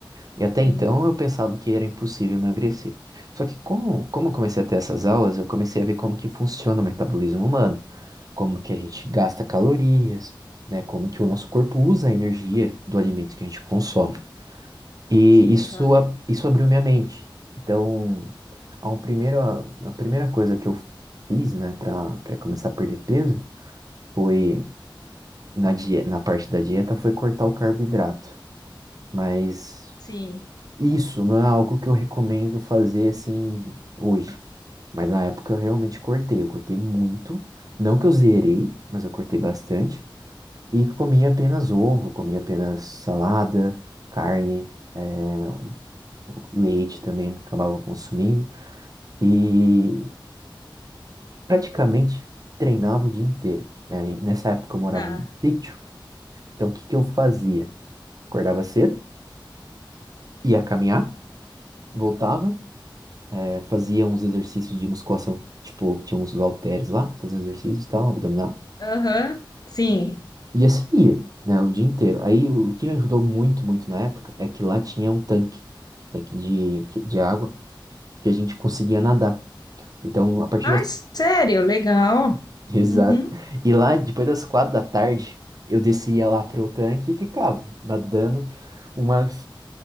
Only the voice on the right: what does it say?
E até
então eu pensava que era impossível emagrecer. Só que como, como eu comecei a ter essas aulas, eu comecei a ver como que funciona o metabolismo humano. como que a gente gasta calorias, né? Como que o nosso corpo usa a energia do alimento que a gente consome. E
isso,
a- isso abriu minha mente. Então, a, um primeiro, a primeira coisa que eu fiz, né, para para começar a perder peso foi na, die- na parte da dieta foi cortar o carboidrato. Mas
isso não é algo que eu recomendo fazer assim hoje. Mas na época eu realmente cortei, eu cortei muito. Não que eu zerei, mas eu cortei bastante. E comia apenas ovo, comia apenas salada, carne, eh, leite também acabava consumindo. E praticamente treinava o dia inteiro. né? nessa época eu morava
num sítio, então o que que eu fazia? Acordava cedo, ia caminhar, voltava, eh, fazia uns exercícios de musculação. Tipo, tinha uns halteres lá, fazia uns exercícios e tal, abdominal.
E assim ia, né, o dia inteiro. Aí o que me ajudou muito, muito na época é que lá tinha um tanque, tanque de, de água. que a gente conseguia nadar. Então, a partir
das.
<laughs> Exato.
E lá, depois das quatro da tarde, eu descia lá pro tanque e ficava nadando umas,